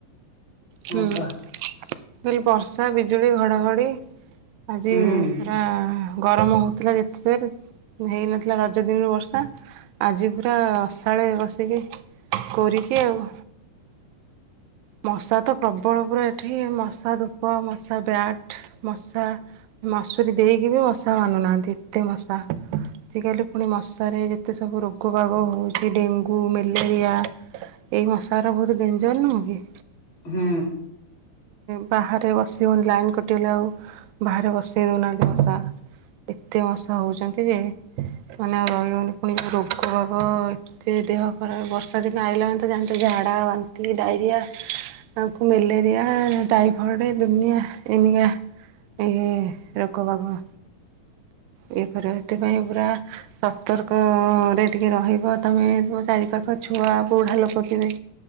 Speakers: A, on the left; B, on the right.
A: ହଁ
B: ହୁଁ
A: କହ
B: ବର୍ଷା ବିଜୁଳି ଘଡ଼ାଘଡ଼ି ଆଜି
A: ହୁଁ
B: ହଁ ଗରମ ହଉଥିଲା ଯେତେ ହେଇନଥିଲା ରଜ ଦିନରୁ ବର୍ଷା ଆଜି ପୁରା ଅସାଳେ ବସିକି କୋରିଚି ଆଉ। ମଶା ତ ପ୍ରବଳ ପୁର ଏଠି ମଶା ଧୂପ ମଶା ବ୍ୟାଟ୍ ମଶା ମସୁରୀ ଦେଇକି ବି ମଶା ମାନୁନାହାନ୍ତି ଏତେ ମଶା। ଆଜିକାଲି ପୁଣି ମଶାରେ ଯେତେ ସବୁ ରୋଗ ବାଗ ହେଉଛି ଡେଙ୍ଗୁ ମ୍ୟାଲେରିଆ ଏଇ ମଶାର ବହୁତ ଡେଞ୍ଜର ନୁହଁ କି?
A: ହୁଁ।
B: ବାହାରେ ବସି ହଉନୀ ଲାଇନ୍ କଟିଗଲେ ଆଉ ବାହାରେ ବସେଇ ଦେଉନାହାନ୍ତି ମଶା। ଏତେ ମଶା ହେଉଛନ୍ତି ଯେ ମାନେ ଆଉ ରହିହବନି ପୁଣି ଯେଁ ରୋଗ ବାଗ। ଏତେ ଦେହ ଖରାପ ବର୍ଷା ଦିନ ଆଇିଲା ତ ଜାଣି ଥିବ ଝାଡ଼ା ବାନ୍ତି ଡାଇରିଆ। ତାଙ୍କୁ ମେଲ ମ୍ୟାଲେରିଆ ଟାଇଫର୍ଡେ ଦୁନିଆ ଏନକା ଏ ରୋଗବାଗ। ଇଏ କରିବେ ହେଥି ପାଇଁ ପୁରା ସତର୍କରେ ଟିକେ ରହିବ ତୁମେ ଚାରିପାଖ ଛୁଆ ବୁଢ଼ା ଲୋକ ଥିବେ।